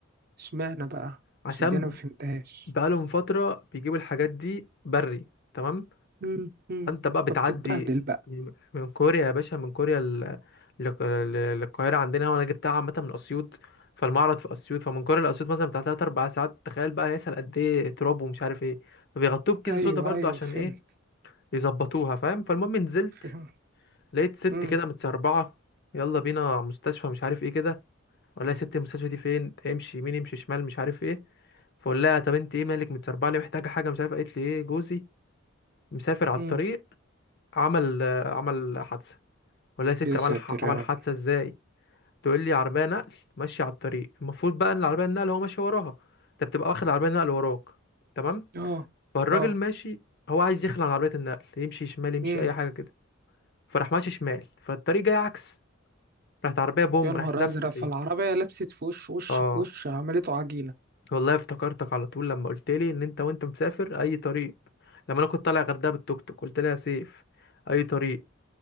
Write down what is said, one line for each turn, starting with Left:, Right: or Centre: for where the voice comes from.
Right: اشمعنى بقى
Left: عشان
Right: عشان دي انا ما فهمتهاش
Left: بقالهم فتره بيجيبوا الحاجات دي بري تمام
Right: مم، مم.
Left: انت بقى بتعدي
Right: فبتتبهدل بقى
Left: من من كوريا يا باشا من كوريا ل- لق- ل- للقاهره عندنا وانا جبتها عامه من اسيوط فالمعرض في اسيوط فمن كوريا لاسيوط مثلا بتاع 3 4 ساعات تخيل بقى هيسأل قد ايه تراب ومش عارف ايه فبيغطوه بكيسه
Right: ايوه
Left: سودا برضو
Right: ايوه
Left: عشان
Right: فهمت
Left: ايه يظبطوها فاهم فالمهم نزلت
Right: فهمت
Left: لقيت ست
Right: مم،
Left: كده متسربعه يلا بينا مستشفى مش عارف ايه كده ولا يا ست المستشفى دي فين امشي يمين امشي شمال مش عارف ايه فقول لها طب انت ايه مالك متسربعه ليه محتاجه حاجه مش عارف قالت لي ايه جوزي مسافر على
Right: مم.
Left: الطريق عمل آه، عمل حادثه ولا يا ست
Right: يا ساتر
Left: عمل ح- عمل
Right: يا رب
Left: حادثه ازاي تقول لي عربيه نقل ماشيه على الطريق المفروض بقى ان العربيه النقل هو ماشي وراها انت بتبقى واخد العربيه النقل وراك تمام
Right: اه
Left: فالراجل
Right: اه
Left: ماشي هو عايز يخلع عن عربيه النقل يمشي شمال يمشي
Right: مم.
Left: اي حاجه كده فراح ماشي شمال فالطريق جاي عكس راحت عربية بوم
Right: يا نهار
Left: راحت لابسة
Right: ازرق
Left: فيه
Right: فالعربيه لبست في وش وش
Left: اه
Right: في وش عملته عجينه
Left: والله افتكرتك على طول لما قلت لي ان انت وانت مسافر اي طريق لما انا كنت طالع غردقة بالتوك توك قلت لها يا سيف اي طريق